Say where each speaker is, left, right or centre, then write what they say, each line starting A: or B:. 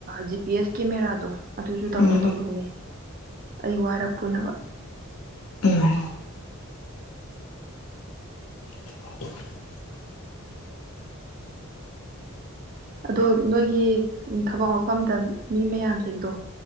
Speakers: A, on the right; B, on the left.
A: ꯖꯤ ꯄꯤ ꯑꯦꯁ ꯀꯦꯃꯦꯔꯥꯗꯣ ꯑꯗꯨꯁꯨ ꯗꯥꯎꯟꯂꯣꯗ
B: ꯎꯝ
A: ꯇꯧꯗꯧꯅꯦ ꯑꯩ ꯋꯥꯏꯔ ꯄꯨꯅꯕ
B: ꯎꯝ <inaudible>
A: ꯑꯗꯣ ꯅꯣꯏꯒꯤ ꯊꯕꯛ ꯃꯐꯝꯗ ꯃꯤ ꯃꯌꯥꯝꯁꯤꯡꯗꯣ꯫